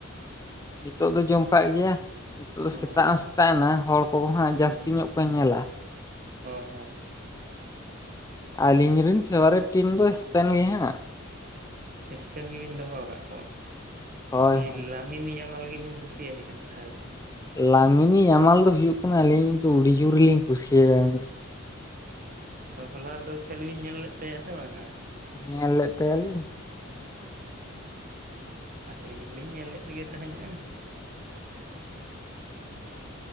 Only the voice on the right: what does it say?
ᱦᱳᱭ
ᱦᱩᱸ
ᱦᱳᱭ ᱦᱳᱭ ᱾
ᱥᱯᱮᱱ ᱜᱮᱵᱤᱱ ᱫᱚᱦᱚ ᱟᱠᱟᱫ ᱠᱚᱣᱟ! <unintelligible>
ᱟᱵᱤᱱ ᱱᱤᱭᱟᱹ ᱢᱟᱞ ᱜᱮᱵᱤᱱ ᱠᱩᱥᱤᱭᱟᱭ ᱠᱟᱱᱟ ᱛᱟᱦᱟᱞᱮ?
ᱫᱚ ᱦᱚᱞᱟ ᱫᱚ ᱠᱷᱮᱞ ᱵᱤᱱ ᱧᱮᱞ ᱞᱮᱫ ᱛᱟᱭᱟ ᱥᱮ ᱵᱟᱝᱼᱟ?
ᱟᱹᱞᱤᱧ ᱦᱚᱸᱞᱤᱧ ᱧᱮᱞᱮᱫ ᱜᱮ ᱛᱟᱦᱮᱸᱜᱼᱟ ᱾